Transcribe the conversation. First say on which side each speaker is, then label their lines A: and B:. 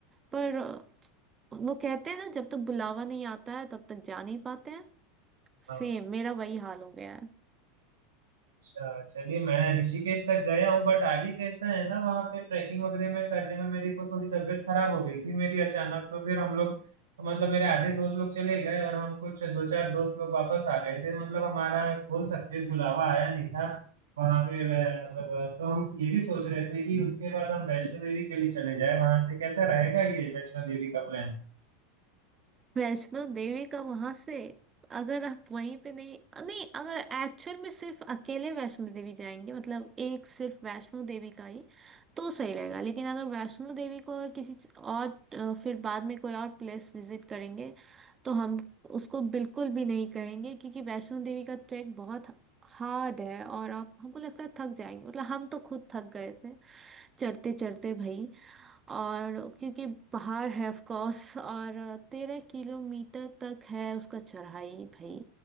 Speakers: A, on the right; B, on the right.
A: पर अ, वो कहते हैं ना जब तक बुलावा नहीं आता है तब तक जा नहीं पाते हैं
B: हाँ
A: सेम मेरा वही हाल हो गया है
B: अच्छा चलिए मैं ऋषिकेश तक गया हूँ बट आगे कैसा है ना वहाँ पे ट्रैकिंग वगैरह में करने में मेरी को थोड़ी तबीयत खराब हो गई थी मेरी अचानक तो फिर हम लोग मतलब मेरे आधे दोस्त लोग चले गए और हम कुछ दो चार दोस्त लोग वापस आ गए थे मतलब हमारा बोल सकते हैं, बुलावा आया नहीं था वहाँ पे अ, मतलब अ, तो हम ये भी सोच रहे थे कि उसके बाद हम वैष्णो देवी के लिए चले जाए वहां से कैसा रहेगा ये वैष्णो देवी का प्लान
A: वैष्णो देवी का वहां से अगर आप वहीं पे नहीं अ, नहीं अगर एक्चुअल में सिर्फ अकेले वैष्णो देवी जाएंगे मतलब एक सिर्फ वैष्णो देवी का ही तो सही रहेगा लेकिन अगर वैष्णो देवी को और किसी च- और अ, फिर बाद में कोई और प्लेस विजिट करेंगे तो हम उसको बिल्कुल भी नहीं कहेंगे क्योंकि वैष्णो देवी का ट्रैक बहुत हार्ड है और आप हमको लगता है थक जाएंगे मतलब हम तो खुद थक गए थे चढ़ते चढ़ते भाई और क्योंकि पहाड़ है ऑफ कोर्स और तेरह किलोमीटर तक है उसका चढ़ाई भाई